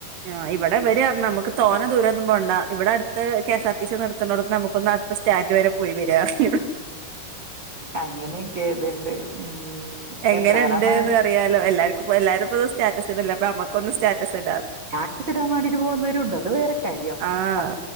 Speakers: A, on the right; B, on the right.
A: ആ ഇവിടെ വര്പറഞ്ഞ് നമുക്ക് തോനെ ദൂരോന്നും പോണ്ടാ ഇവിടെ അടുത്ത് കെസ് ആർ ടി സി നിർത്തുന്നോടതന്ന് നമ്മക്കോന്നട്ത്തസ്റ്റാന്റ് വരെ പോയി വരാറിഞ്ഞു
B: അങ്ങനെയൊക്കെ ഏതണ്ട് ഉം.
A: എങ്ങന്ണ്ട്ന്ന്
B: എത്ര കാലം
A: അറിയാലോ, എല്ലാർക്കുംപ്പ എല്ലാരും ഇപ്പം സ്റ്റാറ്റസ് ഇടല അപ്പൊ അമ്മക്കൊന്ന് സ്റ്റാറ്റസ് ഇടാ
B: സ്റ്റാറ്റസ് ഇടാൻവാണ്ടിട്ട് പോണബരൂണ്ട് അത് വേറെ കാര്യം
A: ആഹ്
B: അ